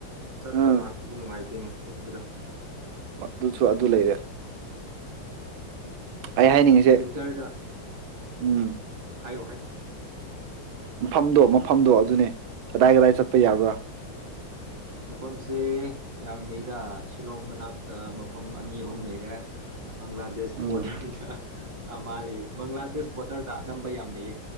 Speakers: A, on the right (about 65°); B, on the right (about 85°).
A: ꯆꯠꯄ
B: ꯑꯥ
A: ꯂꯥꯛꯄꯗꯤ ꯅꯨꯡꯉꯥꯏꯇꯦꯅꯦꯕꯗꯣ
B: ꯑꯗꯨꯁꯨ ꯑꯗꯨ ꯂꯩꯔꯦ ꯑꯩ ꯍꯥꯏꯅꯤꯡꯉꯤꯁꯦ
A: ꯋꯤꯟꯇꯔꯗ
B: ꯎꯝ
A: ꯍꯥꯏ
B: ꯃꯐꯝꯗꯣ ꯃꯐꯝꯗꯣ ꯑꯗꯨꯅꯦ ꯀꯗꯥꯏ ꯀꯗꯥꯏ ꯆꯠꯄ ꯌꯥꯕ꯭ꯔꯥ
A: ꯃꯐꯝꯁꯦ ꯌꯥꯝꯅꯗ ꯁꯤꯂꯣꯡ ꯃꯅꯥꯛꯇ ꯃꯐꯝ ꯑꯅꯤ ꯑꯍꯨꯝ ꯂꯩꯔꯦ ꯪ꯭ꯂꯥꯗꯦꯁ ꯄꯣꯗꯃꯦꯟꯗ
B: ꯎꯝ
A: ꯃꯥ ꯂꯩꯔꯦ ꯕꯪꯒ꯭ꯂꯥꯗꯦꯁ ꯕꯣꯔꯇꯔꯗ ꯑꯝꯕ ꯌꯥꯝ ꯂꯩꯌꯦ